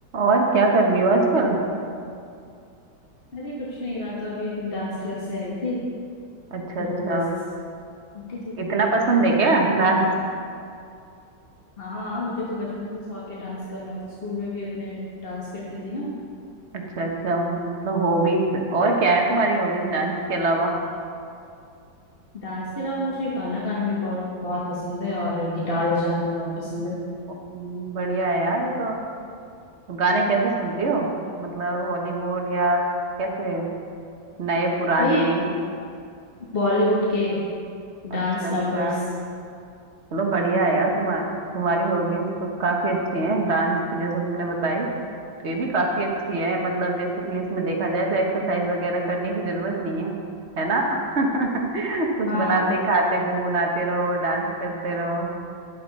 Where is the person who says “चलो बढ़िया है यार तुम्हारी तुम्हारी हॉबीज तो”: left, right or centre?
Right